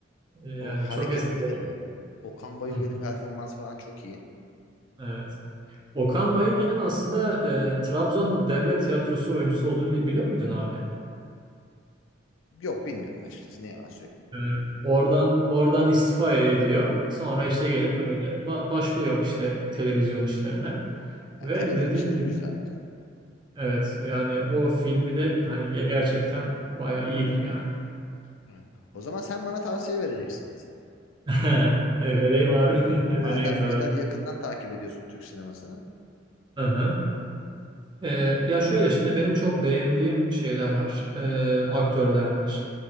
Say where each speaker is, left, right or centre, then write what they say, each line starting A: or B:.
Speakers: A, on the right; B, on the left.
A: E, Yani
B: O hareketli
A: çok eski.
B: de böyle. Okan Bayülgen'in
A: Hı,
B: performansı falan çok iyi.
A: evet. Okan Bayülgen'in aslında e, Trabzon Devlet Tiyatrosu oyuncusu olduğunu bi- biliyor muydun abi?
B: Yok bilmiyorum açıkçası ne yalan söyleyeyim.
A: E, oradan oradan istifa e-, ediyor. Sonra
B: Hı hı.
A: işte gelip böyle ba- başlıyor işte televizyon işlerine.
B: Ha,
A: Ve
B: televizyon
A: dediğim
B: işleri
A: gibi
B: güzel canım.
A: evet yani o filmi de
B: Hı hı.
A: hani ge- gerçekten bayağı iyidir yani.
B: Evet. O zaman sen bana tavsiye vereceksin mesela.
A: <laughs> E, vereyim abi. <laughs> Vereyim
B: Madem
A: tabii
B: bu kadar
A: ki.
B: yakından takip ediyorsun Türk sinemasını.
A: Aha. E, ya şöyle şimdi benim çok beğendiğim şeyler var. E, aktörler var.